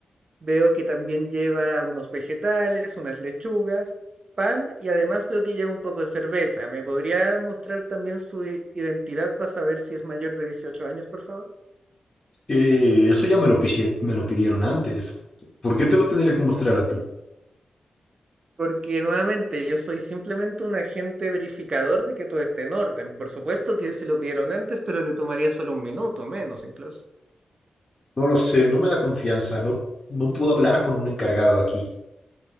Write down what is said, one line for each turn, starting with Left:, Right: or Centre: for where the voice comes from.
Right: veo que también lleva unos vegetales, unas lechugas, pan y además veo que lleva un poco de cerveza. ¿Me podría mostrar también su i- identidad para saber si es mayor de 18 años, por favor?
Left: Eh, eso ya me lo, pisie- me lo pidieron antes. ¿Por qué te lo tendría que mostrar a ti?
Right: Porque nuevamente yo soy simplemente un agente verificador de que todo esté en orden. Por supuesto que se lo pidieron antes, pero le tomaría solo un minuto, menos incluso.
Left: No lo sé, no me da confianza. No, no puedo hablar con un encargado aquí.